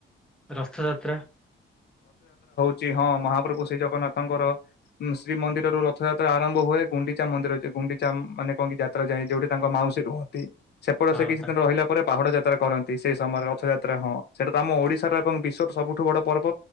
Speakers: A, in the centre; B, on the left (about 55°).
A: ରଥଯାତ୍ରା।
B: ଚି ହଁ ମହାପ୍ରଭୁ ଶ୍ରୀ ଜଗନ୍ନାଥଙ୍କର ଉମ୍ ଶ୍ରୀମନ୍ଦିରରୁ ରଥଯାତ୍ରା ଆରମ୍ଭ ହୁଏ ଗୁଣ୍ଡିଚା ମନ୍ଦିର ଯେ ଗୁଣ୍ଡିଚା ଆ-ଆମ୍-ମ୍ ମାନେ କଣ କି ଯାତ୍ରା ଯାଏ ଯୋଉଠି ତାଙ୍କ ମାଉ ଉସୀ ରୁହନ୍ତି, ସେପଟ
A: ହଁ
B: ସେ କିଛି
A: ତା
B: ଦିନ ରହିଲା ପରେ ବାହୁଡା଼ ଯାତ୍ରା କରନ୍ ନ୍ତି ସେହି ସମୟରେ ରଥଯାତ୍ରା ହଁ ସେଇଟା ତ ଆମ ଓଡ଼ିଶାର ଏବଂ ବିଶ୍ୱର ସବୁଠୁ ବଡ଼ ପର୍ବ